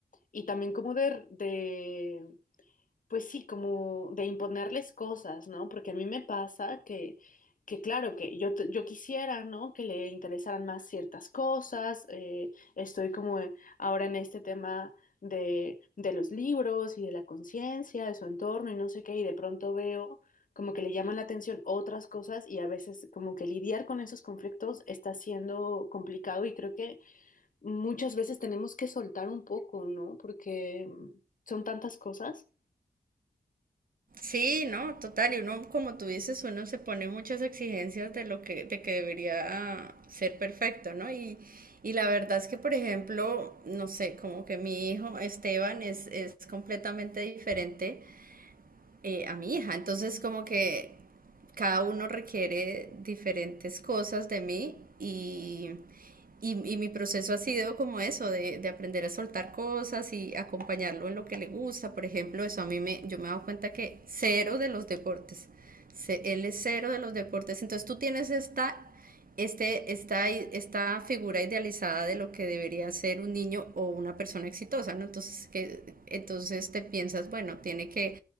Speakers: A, on the left; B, on the right.
A: y también como de, de pues sí, como de imponerles cosas, ¿no? Porque a mí me pasa que, que claro, que yo, t- yo quisiera, ¿no? Que le interesaran más ciertas cosas. eh, estoy como eh, ahora en este tema de, de los libros y de la conciencia, de su entorno y no sé qué, y de pronto veo como que le llaman la atención otras cosas y a veces como que lidiar con esos conflictos está siendo complicado y creo que muchas veces tenemos que soltar un poco, ¿no? Porque mm, son tantas cosas.
B: Sí, no, total, y uno, como tú dices, uno se pone muchas exigencias de lo que, de que debería ser perfecto, ¿no? Y, y la verdad es que, por ejemplo, no sé, como que mi hijo Esteban es, es completamente diferente eh, a mi hija. Entonces, como que cada uno requiere diferentes cosas de mí y, y, y mi proceso ha sido como eso, de, de, aprender a soltar cosas y acompañarlo en lo que le gusta. Por ejemplo, eso a mí me, yo me he dado cuenta que cero de los deportes, él es cero de los deportes. Entonces tú tienes esta este, esta, esta figura idealizada de lo que debería ser un niño o una persona exitosa, ¿no? Entonces, que, entonces te piensas, bueno, tiene que,